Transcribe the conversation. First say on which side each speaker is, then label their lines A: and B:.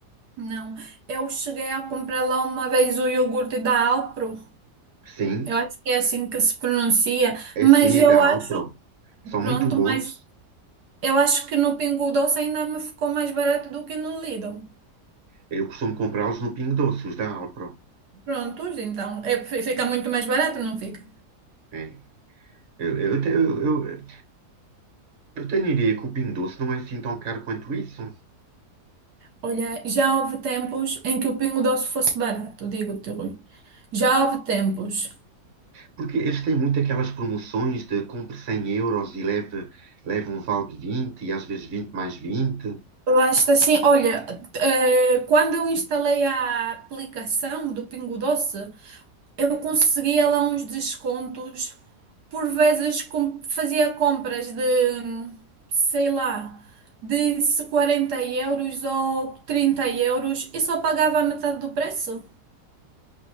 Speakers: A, on the right; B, on the right.
A: Não. Eu cheguei a comprar lá uma vez o iogurte da Alpro.
B: Sim,
A: Eu acho que é assim que se pronuncia.
B: é
A: Mas
B: sim,
A: eu
B: é da Alpro.
A: acho,
B: São
A: pronto,
B: muito bons.
A: mas eu acho que no Pingo Doce ainda me ficou mais barato do que no Lidl.
B: Eu costumo comprá-los no Pingo Doce, os da Alpro.
A: Prontos, então. É, fica muito mais barato, não fica?
B: É. Eu, eu, te- eu, eu, eu tenho a ideia que o Pingo Doce não é assim tão caro quanto isso.
A: Olha, já houve tempos em que o Pingo Doce fosse barato, digo-te, Rui. Já houve tempos.
B: Porque eles têm muito aquelas promoções de compre 100 euros e leve, leve um vale de 20 e às vezes 20 mais 20.
A: Lá está assim, olha, eh, quando eu instalei a aplicação do Pingo Doce, eu conseguia lá uns descontos. Por vezes com- fazia compras de, sei lá, de 40 euros ou 30 euros e só pagava a metade do preço.